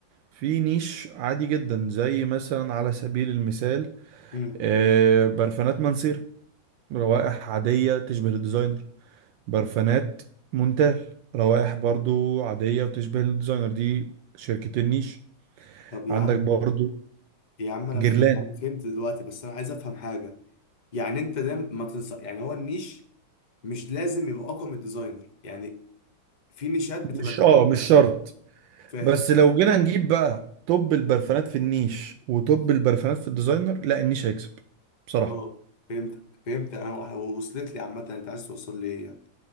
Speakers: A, on the right; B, on the left.
A: في نيش عادي جدا زي مثلا على سبيل المثال
B: امم
A: آه، برفانات منصير روائح عادية تشبه الديزاينر برفانات مونتال روائح برضو عادية وتشبه الديزاينر دي شركتين نيش
B: طب يا
A: عندك
B: عم
A: برضو
B: يا عم انا
A: جيرلان
B: فه- انا فهمت دلوقتي بس انا عايز افهم حاجه يعني انت ده ما تنصح يعني هو النيش مش لازم يبقى اقوى من الديزاينر يعني في نيشات بتبقى
A: مش
B: انت
A: اه
B: بتقول
A: مش شرط
B: فاهم
A: بس لو جينا نجيب بقى توب البرفانات في النيش وتوب البرفانات في الديزاينر لا النيش هيكسب بصراحة
B: اه فهمتك فهمت انا وصلت لي عامه انت عايز توصل لي ايه يعني